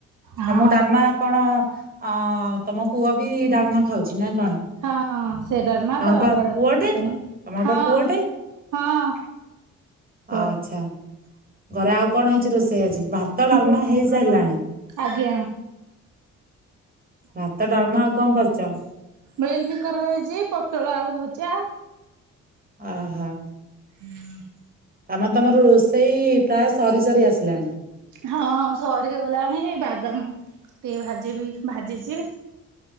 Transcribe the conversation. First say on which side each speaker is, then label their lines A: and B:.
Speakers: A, on the right; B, on the right.
A: ହଁ
B: ତମ ଡାଲମା କଣ ଅ ତମ ପୁଅ ବି ଡାଲମା ଖାଉଛି ନା କଣ?
A: ହଁ ସେ ଡାଲମା
B: ହଁ
A: ତା ବାବା
B: ପା
A: ଡାଲମା
B: ପୁଅଟେ?
A: ହବନି
B: ତମର
A: ହଁ
B: ପା ପୁଅଟେ?
A: ହଁ। କୁଆଡେ
B: ଆଛା। ଘରେ ଆଉ କଣ ହେଇଚି ରୋଷେଇ ଆଜି? ଭାତ, ଡାଲମା
A: ମିଲମିକର
B: ହେଇସାରିଲାଣି।
A: ଆଜ୍ଞା
B: ଭାତ, ଡାଳମା ଆଉ କଣ କରିଚ?
A: ମିଲମିକର ହେଇଚି ପୋଟଳ ଆଳୁ ଭଜା।
B: ଓ ହୋ।
A: ହୁଁ
B: ତା ମାନେ ତମର ରୋଷେଇ ପ୍ରାୟ ସରି ସରି ଆସିଲାଣି?
A: ହଁ ସରି ଗଲାଣି ବାଦାମ ଟିକେ ଭାଜିବି ଭାଜିଚି।